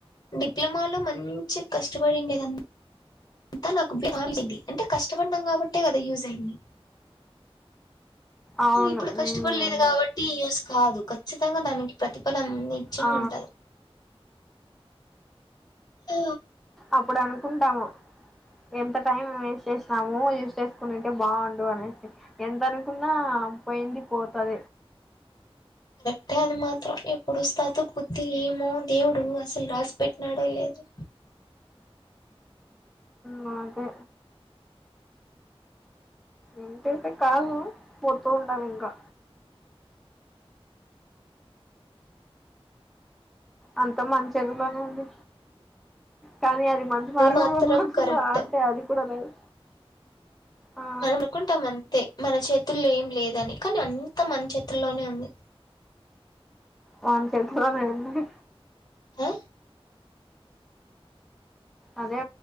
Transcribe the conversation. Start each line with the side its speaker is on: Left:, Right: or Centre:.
Left: డిప్లొమాలో మంచి కష్టపడిండదా అంతా నాకు బంది అంటే కష్టపడ్నం కాబట్టే కదా యూజ అయింది
Centre: అవును
Left: ఇప్పుడు కష్టపడలేదు
Centre: మ్మ్
Left: కాబట్టి యూస్ కాదు ఖచ్చితంగా దానికి ప్రతి నిజగా
Centre: ఆ
Left: ఉంటది ఆ
Centre: అప్పుడనుకుంటాము ఎంత టైం వేస్ట్ చేసినాము యూస్ చేసుకునింటే బాగుండు అనేసి ఎంత అనుకున్నా పోయింది పోతద
Left: కరెక్టే అది మాత్రం ఎప్పుడుొస్తాతో పుద్తిీ ఏమో దేవుడు అసలు రాసి పెట్టినాడో లేదో
Centre: నాకు ఏంటైతే కాదు పోతూ ఉండాలీ ఇంకా అంత మన చేతిలోనే ఉంది కానీ అది మంచి మార్గంలో
Left: మాత్రం
Centre: పోతుంది
Left: కరెక్ట్
Centre: అంటే అది కూడా లేదు ఆ
Left: మన అడుకుంటాం అంతే మన చేతుల్లో ఏం లేదని కానీ అంతా మన చేతుల్లోనే ఉంది
Centre: వన్ చేతిలో లేంది
Left: ఆ
Centre: అదే